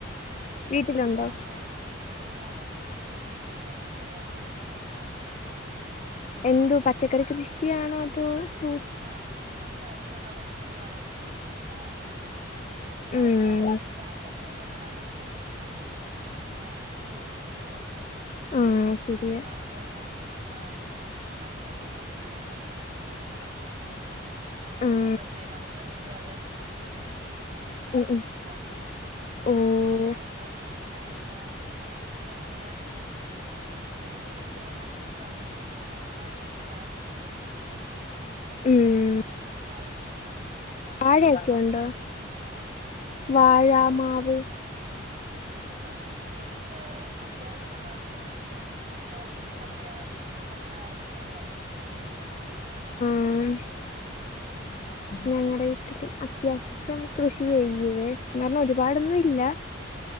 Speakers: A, on the right; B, on the left.
A: വല്യ കൃഷിയൊന്നും
B: വീട്ടിലുണ്ടോ
A: ഇല്ല എന്നാലും ഒരുമാതിരി കൃഷിയൊക്കെ ചെയ്യുന്നരാള് <unintelligible>
B: എന്തുവ പച്ചക്കറി കൃഷിയാണോ അതോ ഫ്രൂ
A: ആഹ് വീട്ടിൽ നമുക്കാവശ്യൊള്ള പച്ചക്കറികളും അങ്ങനെയൊക്കെയാ പിന്നവു
B: ഉം
A: അതുപോലെ ഇപ്പങ്ങനെ പച്ചക്കറിയൊന്നും നടാൻ പറ്റത്തില്ല കൃഷി നാശിൻ നശിച്ചോണ്ടും ഇരിക്കുവല്ലയോ
B: ആഹ് ശരിയാ
A: ആഹ് അതുവല്ല ആഹ് ഈ പന്നിയുണ്ട് ഇവിടെ അതുകൊണ്ടധികം കൃഷിയൊന്നും നടത്തില്ല
B: ഉം
A: നമ്മള് ചെ നടുന്നതിന് മുമ്പേ അത് നശിപ്പിച്ച്
B: ഉം ഉം
A: ഇതാക്കും
B: ഓഹ്
A: അതുകൊണ്ട് അങ്ങനെ ഇപ്പം കൃഷി അങ്ങ് വലുതായിട്ടില്ല പ്രത്യേകിച്ച് ഇവിടെ ചേന ചേമ്പ് അങ്ങനെ അങ്ങനെയുള്ള കൃഷികളായിരുന്നു കൂടുതലും
B: ഉം
A: ഇപ്പൊ അതൊന്നും ഇല്ല കാരണം
B: വാഴ ഒക്കെ
A: മൊത്തം
B: ഉണ്ടോ
A: ഏ
B: വാഴ മാവ്
A: ആഹ് അതൊക്കെ ഉണ്ട് നമുക്ക് അത്യാവശ്യ ഉള്ള നമുക്ക് അത്യാവശ്യം പറിക്കാൻ പറ്റുന്ന കാര്യങ്ങൾ എല്ലാം ഉണ്ട്
B: ഉം ഞങ്ങടെ വീട്ടില് അത്യാവ സം കൃഷി ചെയ്യുവേ എന്ന് പറഞ്ഞ ഒരു പാട് ഒന്നും ഇല്ല